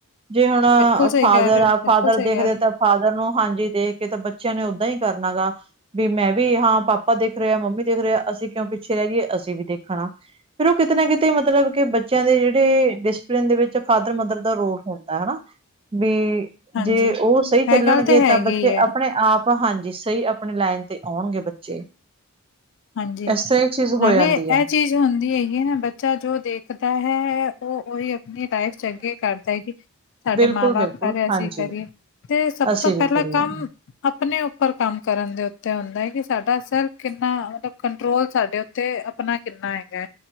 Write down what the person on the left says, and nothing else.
ਬਿਲਕੁਲ ਸਹੀ
ਕਹਿ ਰਹੇ ਹੋ,
ਬਿਲਕੁਲ
ਸਹੀ
ਕਹਿ ਰਹੇ ਹੋ,
ਹਾਂਜੀ।
ਇਹ
ਗੱਲ ਤੇ ਹੈਗੀ
ਹੀ ਹੈ,
ਹਾਂਜੀ,
ਨਾਲੇ
ਐ
ਚੀਜ਼ ਚੀਜ਼ ਹੁੰਦੀ ਹੈਗੀ ਏ ਨਾ, ਬੱਚਾ ਜੋ ਦੇਖਦਾ ਹੈ ਓ ਉਹੀ ਅਪ ਅਪਨੀ ਲਾਈਫ ਚ ਅੱਗੇ ਕਰਦਾ ਏ ਕਿ ਸਾਡੇ
ਮਾਂ- ਬਾਪ
ਕਰ ਰੇ ਅਸੀਂ
ਵੀ ਕਰੀਏ। ਤੇ ਸਭ
ਤੋਂ
ਪੈਲਾਂ
ਕੰਮ ਅਪਨੇ ਉੱਪਰ ਕੰਮ ਕਰਨ ਦੇ ਉੱਤੇ ਹੁੰਦਾ ਏ ਕਿ ਸਾਡਾ ਸੇਲਫ ਕਿੰਨਾ ਮਤਲਬ ਕੰਟਰੋਲ ਸਾਡੇ ਉੱਤੇ ਅਪਨਾ ਕਿੰਨਾ ਹੈਗੈ,